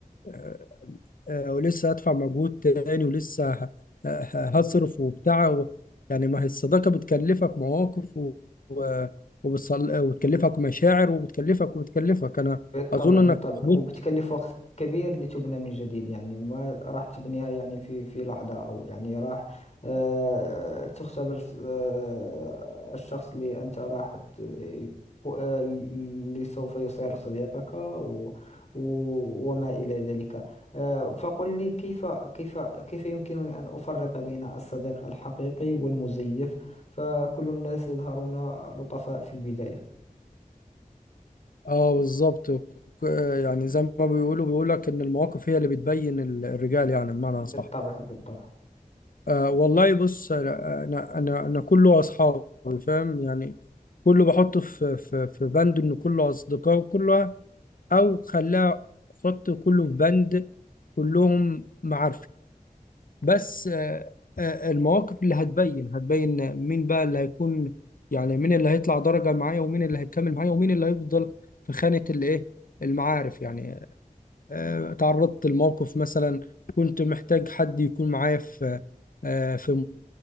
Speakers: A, on the left; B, on the left.
A: آه، آه، ولسه هدفع مجهود تاني ولسه ه- ه- هصرف وبتاع و... يعني ما هي الصداقة بتكلفك مواقف و... و... وبتصل... وبتكلفك مشاعر وبتكلفك وبتكلفك انا
B: بالطبع
A: اظن
B: بالطبع
A: انك احبطت
B: وبتكلف وقت كبير لتبنى من جديد يعني ما راح تبنيها يعني في في لحظة أو يعني راح آه، تختبر آه، الشخص اللي أنت راح ت- آه، اللي سوف يصير صديقك و و- وما إلى ذلك آه، فقل لي كيف كيف كيف يمكنني أن أفرق بين الصديق الحقيقي والمزيف فكل الناس يظهرون لطفاء في البداية
A: اه بالظبط ك- يعني زي ما بيقولوا بيقول لك ان المواقف هي اللي بتبين ال- الرجال يعني بمعنى
B: بالطبع
A: صح
B: بالطبع
A: آه والله بص انا انا انا أنا كله اصحابي فاهم يعني كله بحطه في في في بند ان كله اصدقاء وكله او خلاه حط كله في بند كلهم معارفي بس آه آه، المواقف اللي هتبين هتبين مين بقى اللي هيكون يعني مين اللي هيطلع درجة معايا ومين اللي هيكمل معايا ومين اللي هيفضل في خانة الايه المعارف يعني آه، تعرضت لموقف مثلا كنت محتاج حد يكون معايا في آه، في